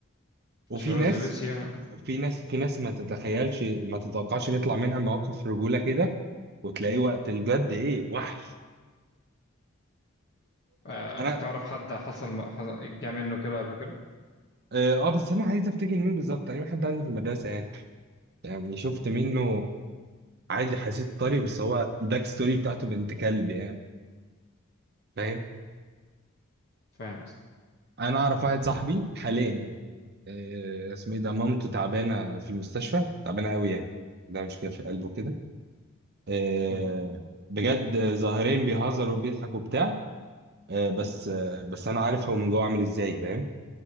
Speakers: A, on the right; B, on the left.
A: وفي
B: تشيروزي
A: ناس
B: ويسيا
A: وفي ناس في ناس ما تتخيلش ما تتوقعش بيطلع منها مواقف رجولة كده وتلاقيه وقت الجد ايه وحش
B: آه،
A: انا
B: تعرف حد حصل حصل- جه منه كده قبل كده
A: اه آه، بس انا عايز افتكر مين بالظبط اي حد عندي في المدرسه يعني يعني شفت منه عادي حسيت طري بس هو الباك ستوري بتاعته بنت كلب يعني فاهم
B: فاهم قصدي
A: انا اعرف واحد صاحبي حاليا آه، اسمه ايه ده مامته تعبانه في المستشفى تعبانه قوي يعني ده مش في قلبه كده آه،
B: مم.
A: بجد ظاهرين بيهزروا وبيضحكوا وبتاع آه، بس آه، بس انا عارف هو من جوه عامل ازاي فاهم